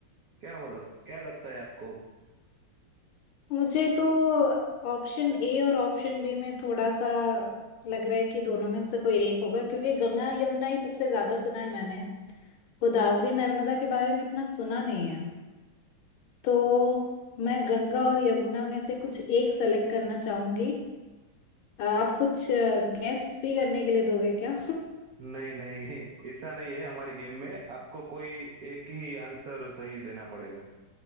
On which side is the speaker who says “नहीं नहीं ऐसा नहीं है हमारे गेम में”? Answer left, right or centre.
Right